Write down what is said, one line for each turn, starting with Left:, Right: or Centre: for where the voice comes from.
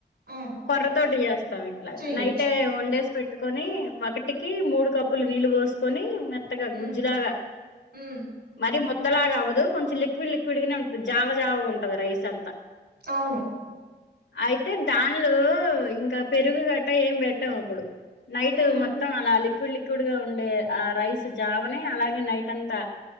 Right: ఆ
Left: కొర్రతోటి చేస్తాం ఇట్లా
Right: చెయ్యొచ్చు
Left: నైటే వండేస్ పెట్ కొని ఒకటికి మూడు కప్పుల నీళ్ళు పోసుకొని మే త్తగా గుజ్జులాగా
Right: ఉమ్ ఉమ్
Left: మరి మొత్ పద్దలాగవ్వదు కొంచెం లిక్విడ్ లిక్విడ్ గానే ఉంటుంది జావ జావగా ఉంటది రైస్ అంతా
Right: అవును
Left: అయితే దానిలో ఇంకా పెరుగు గట్ట ఏం పెట్టాం అప్పుడు నైట్
Right: ఉమ్
Left: మొత్తం అలా లీక్ క్కుడ్ లిక్కుడ్ గా ఉండే ఆ రైస్ జావనే అలాగే నైట్ అంతా